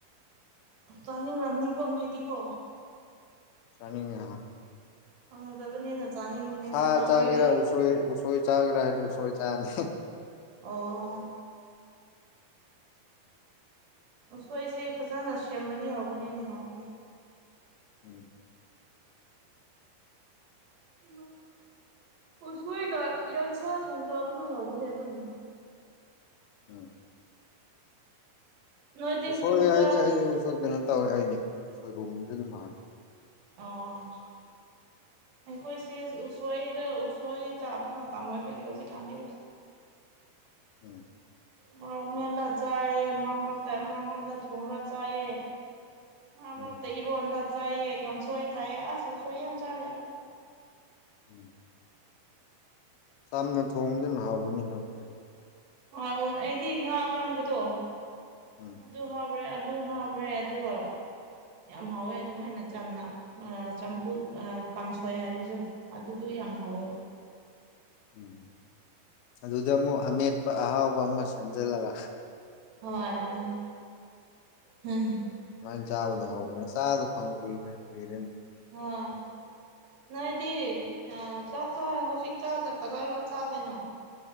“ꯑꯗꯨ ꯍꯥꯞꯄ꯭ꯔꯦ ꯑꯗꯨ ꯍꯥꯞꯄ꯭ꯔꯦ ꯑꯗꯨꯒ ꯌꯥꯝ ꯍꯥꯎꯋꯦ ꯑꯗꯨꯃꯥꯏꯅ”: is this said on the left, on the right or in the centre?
Right